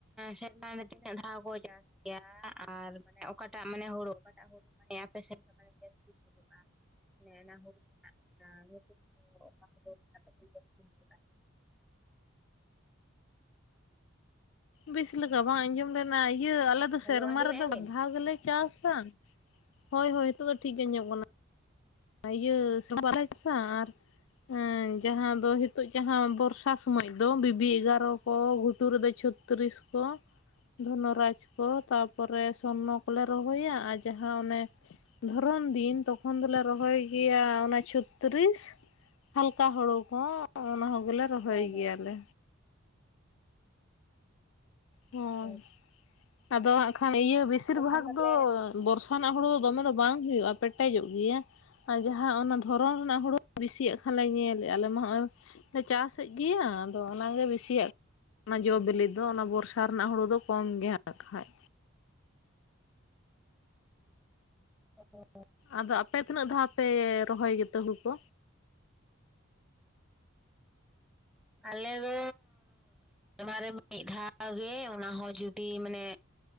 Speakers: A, in the centre; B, on the left.
A: ᱥᱮᱨᱢᱟ ᱨᱮ ᱛᱤᱱᱟᱹᱜ ᱫᱷᱟᱣ ᱠᱚ ᱪᱟᱥᱟ ᱜᱮᱭᱟ ᱟᱨ ᱢᱟᱱᱮ ᱚᱠᱟᱴᱟᱜ ᱢᱟᱱᱮ ᱦᱩᱲᱩ ᱚᱠᱟᱴᱟᱜ ᱦᱩᱲᱩ ᱢᱟᱱᱮ ᱟᱯᱮ ᱥᱮᱱ ᱢᱟᱱᱮ ᱡᱟᱹᱥᱛᱤ <unintelligible> ᱟᱱᱮ ᱚᱱᱟ ᱦᱩᱲᱩ ᱨᱮᱱᱟᱜ ᱧᱩᱛᱩᱢ ᱠᱚ ᱚᱱᱟ ᱦᱩᱲᱩ ᱡᱟᱹᱛᱤ ᱦᱩᱭᱩᱜᱼᱟ <unintelligible>
B: ᱵᱤᱥ ᱞᱮᱠᱟ ᱵᱟᱝ ᱟᱸᱡᱚᱢ ᱞᱮᱱᱟ ᱤᱭᱟᱹ ᱟᱞᱮ ᱫᱚ
A: ᱦᱮᱞᱳ
B: ᱥᱮᱨᱢᱟ
A: ᱟᱸᱡᱚᱢᱮᱫᱼᱟ
B: ᱨᱮᱫᱚ ᱵᱟ
A: ᱵᱤᱱ
B: ᱫᱷᱟᱣ ᱜᱮᱞᱮ ᱪᱟᱥᱟ ᱦᱳᱭ ᱦᱳᱭ ᱱᱤᱛᱳ ᱫᱚ ᱴᱷᱤᱠ ᱜᱮ ᱧᱚᱜ ᱠᱟᱱᱟ ᱤᱭᱟᱹ ᱥᱢ ᱵᱟᱨᱟᱭ ᱪᱟᱥᱟ ᱟᱨ ᱮᱸ ᱡᱟᱦᱟᱸ ᱫᱚ ᱱᱤᱛᱚᱜ ᱡᱟᱦᱟᱸ ᱵᱚᱨᱥᱟ ᱥᱩᱚᱢᱚᱭ ᱫᱚ ᱵᱤᱵᱤ ᱮᱜᱟᱨᱚ ᱠᱚ ᱜᱷᱩᱴᱩ ᱨᱮᱫᱚ ᱪᱷᱩ ᱛᱤᱨᱤᱥ ᱠᱚ ᱫᱷᱚᱱᱚᱨᱟᱡᱽ ᱠᱚ ᱛᱟᱯᱚᱨᱮ ᱥᱚᱨᱱᱚ ᱠᱚᱞᱮ ᱨᱚᱦᱚᱭᱟ ᱟᱨ ᱡᱟᱦᱟᱸ ᱚᱱᱮ ᱫᱷᱚᱨᱚᱱ ᱫᱤᱱ ᱛᱚᱠᱷᱚᱱ ᱫᱚᱞᱮ ᱨᱚᱦᱚᱭ ᱜᱮᱭᱟ ᱚᱱᱟ ᱪᱷᱚᱛᱨᱤᱥ ᱦᱟᱞᱠᱟ ᱦᱩᱲᱩ ᱦᱚᱸ ᱚᱱᱟ ᱦᱚᱸ ᱜᱮᱞᱮ ᱨᱚᱦᱚᱭ
A: ᱦᱮᱸ ᱦᱮᱸ
B: ᱜᱮᱭᱟ ᱞᱮ ᱦᱳᱭ
A: ᱦᱮᱸ
B: ᱟᱫᱚ ᱦᱟᱸᱜ ᱠᱷᱟᱱ ᱤᱭᱟᱹ ᱵᱮᱥᱤᱨ
A: ᱟᱯᱮ
B: ᱵᱷᱟᱜᱽ
A: ᱥᱮᱱ
B: ᱫᱚ
A: ᱯᱟᱞᱮᱱ
B: ᱵᱚᱨᱥᱟ ᱱᱟᱜ ᱦᱩᱲᱩ ᱫᱚ ᱫᱚᱢᱮ ᱫᱚ ᱵᱟᱝ ᱦᱩᱭᱩᱜᱼᱟ ᱯᱮᱴᱮᱡᱚᱜ ᱜᱮᱭᱟ ᱟᱨ ᱡᱟᱦᱟᱸ ᱚᱱᱟ ᱫᱷᱚᱨᱚᱢ ᱨᱮᱱᱟᱜ ᱦᱩᱲᱩ ᱵᱮᱥᱤᱭᱟᱜ ᱠᱷᱟᱱᱞᱮ ᱧᱮᱞ ᱮᱫᱼᱟ ᱟᱞᱮ ᱢᱟ ᱱᱚᱜᱼᱚᱭ ᱪᱟᱹᱥ ᱮᱜ ᱜᱮᱭᱟ ᱟᱫᱚ ᱚᱱᱟᱜᱮ ᱵᱮᱥᱤᱭᱟᱜ ᱚᱱᱟ ᱡᱚ ᱵᱤᱞᱤ ᱫᱚ ᱚᱱᱟ ᱵᱚᱨᱥᱟ ᱵᱚᱨᱥᱟ ᱨᱮᱱᱟᱜ ᱦᱩᱲᱩ ᱫᱚ ᱠᱚᱢ ᱜᱮᱭᱟ ᱠᱷᱟᱡ
A: <unintelligible>
B: ᱟᱫᱚ ᱟᱯᱮ ᱛᱤᱱᱟᱹᱜ ᱫᱷᱟᱣ ᱯᱮ ᱨᱚᱦᱚᱭ ᱜᱮᱛᱚ ᱦᱩᱲᱩ ᱠᱚ
A: ᱟᱞᱮ ᱫᱚ ᱥᱮᱨᱢᱟ ᱨᱮ ᱢᱤᱫ ᱫᱷᱟᱣ ᱜᱮ ᱚᱱᱟ ᱦᱚᱸ ᱡᱩᱫᱤ ᱢᱟᱱᱮ